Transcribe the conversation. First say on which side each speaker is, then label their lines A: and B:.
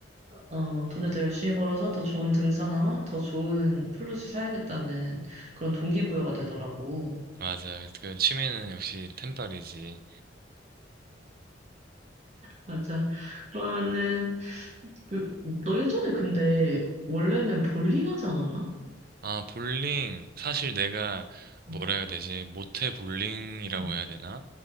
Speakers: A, on the right; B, on the right.
A: 어, 돈을 더 열심히 벌어서 더 좋은 등산화와 더 좋은 플룻을 사야겠다는 그런 동기부여가 되더라고.
B: 맞아. 그 취미는 역시 템빨이지.
A: 맞아. 그러면은, 그, 너 예전에 근데 원래는 볼링 하지 않았나?
B: 아, 볼링. 사실 내가
A: 어,
B: 뭐라 해야 되지? 모태 볼링이라고
A: 응,
B: 해야 되나?